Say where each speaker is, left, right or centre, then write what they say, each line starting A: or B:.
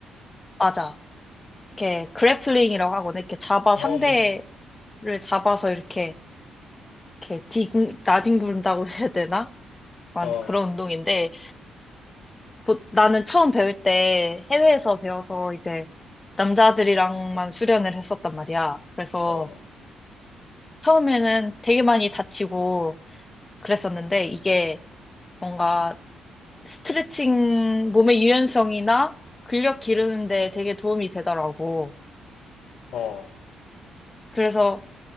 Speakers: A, on the left; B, on the left.
A: 맞아. 이렇게 그래플링이라고 하거든. 이렇게 잡아
B: 어,
A: 상대를 잡아서 이렇게 이렇게 뒹- 나뒹군다고 해야 되나? 약간
B: 어,
A: 그런 운동인데 보- 나는 처음 배울 때 해외에서 배워서 이제 남자들이랑만 수련을 했었단 말이야. 그래서
B: 어,
A: 처음에는 되게 많이 다치고 그랬었는데 이게 뭔가 스트레칭, 몸의 유연성이나 근력 기르는데 되게 도움이 되더라고.
B: 어,
A: 그래서